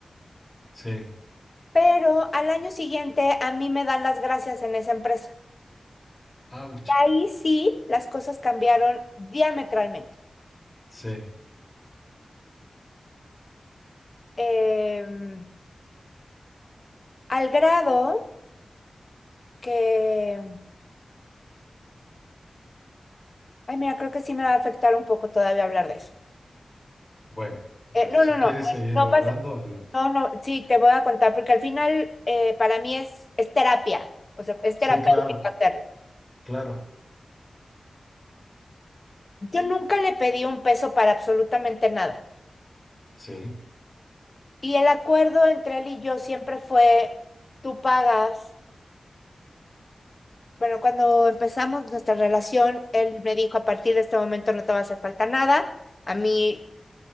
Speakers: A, on the left; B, on the left.
A: sí.
B: Pero al año siguiente a mí me dan las gracias en esa empresa.
A: Auch.
B: Ahí sí, las cosas cambiaron diametralmente.
A: Sí,
B: Em, al grado que, ay, mira, creo que sí me va a afectar un poco todavía hablar de eso.
A: bueno, bueno,
B: Eh, no,
A: si
B: no, no,
A: quieres seguir
B: no
A: hablando,
B: pasa,
A: adelante.
B: no, no, sí, te voy a contar, porque al final eh, para mí es, es terapia, o sea, es
A: Sí,
B: terapéutico
A: claro,
B: hacerlo.
A: claro.
B: Yo nunca le pedí un peso para absolutamente nada.
A: Sí,
B: Y el acuerdo entre él y yo siempre fue, tú pagas. Bueno, cuando empezamos nuestra relación, él me dijo, a partir de este momento no te va a hacer falta nada. A mí